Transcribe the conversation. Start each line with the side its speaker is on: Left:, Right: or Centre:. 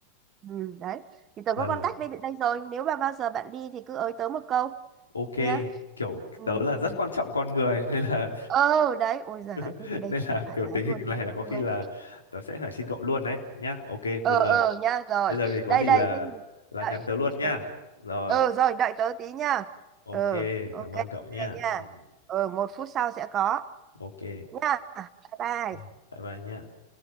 Right: Ừ, đấy. Thì tớ
Left: lần
Right: có contact bên đây rồi. Nếu mà bao giờ bạn đi thì cứ ới tớ một câu
Left: Ok,
Right: nhá.
Left: kiểu
Right: Ừ.
Left: tớ là
Right: Ừ,
Left: rất quan trọng con người nên là
Right: Ờ đấy. Ôi giời,
Left: <laughs>
Right: thế thì đây
Left: nên
Right: tớ
Left: là
Right: thoải
Left: kiểu
Right: mái
Left: tình hình
Right: luôn,
Left: này
Right: thoải
Left: là
Right: mái
Left: có khi
Right: luôn.
Left: là tớ sẽ phải xin cậu luôn đấy nhá. Ok,
Right: ờ
Left: bây giờ
Right: ờ nha rồi
Left: bây giờ thì có
Right: đây
Left: gì
Right: đây
Left: là
Right: thế thì
Left: là
Right: đợi
Left: nhắn tớ luôn nhá.
Right: ừ.
Left: Rồi,
Right: ờ rồi đợi tớ tí nha
Left: ok,
Right: ờ ok
Left: cảm
Right: ok
Left: ơn cậu nhá.
Right: nha
Left: Ừ,
Right: ờ một phút sau sẽ có
Left: ok.
Right: nha bye bye
Left: Ừ, bye bye nhá.